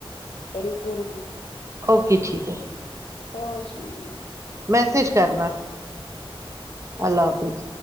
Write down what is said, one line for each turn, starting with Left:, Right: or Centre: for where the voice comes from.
Left: رکو رکو
Right: اوکے ٹھیک ہے
Left: پانچ منٹ بس
Right: میسیج کرنا اللہ حافظ